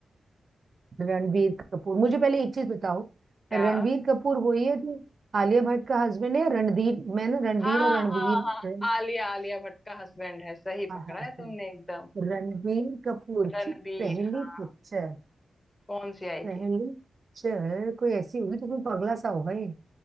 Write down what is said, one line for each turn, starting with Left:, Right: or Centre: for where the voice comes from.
Right: रणबीर कपूर मुझे पहले एक चीज बताओ
Left: क्या
Right: रणबीर कपूर वही है जो आलिया भट्ट का हस्बैंड है या रणधीर मैं ना रणबीर
Left: हाँ
Right: और रणबीर
Left: हाँ हाँ
Right: रण-
Left: आलिया आलिया भट्ट का हस्बैंड है सही
Right: हाँ,
Left: पकड़ा
Right: husband।
Left: है तुमने एकदम
Right: रणबीर कपूर
Left: रणबीर
Right: की पहली
Left: हाँ
Right: पिक्चर
Left: कौन सी आई
Right: पहली
Left: थी
Right: पिक्चर कोई ऐसी होगी जिसमें पगला सा होगा ये